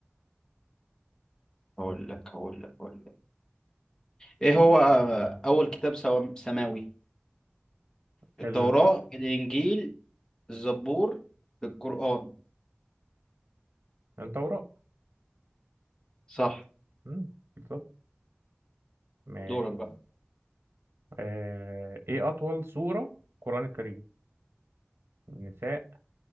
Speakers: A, on the left; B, on the right.
A: هقول لك هقول لك هقول لك ايه هو آه، اول كتاب سوا- سماوي التوراة
B: ال...
A: الانجيل الزبور القرآن
B: التوراة
A: صح
B: مم، بالظبط ماشي
A: دورك بقى
B: آه ايه أطول سورة في القرآن الكريم؟ النساء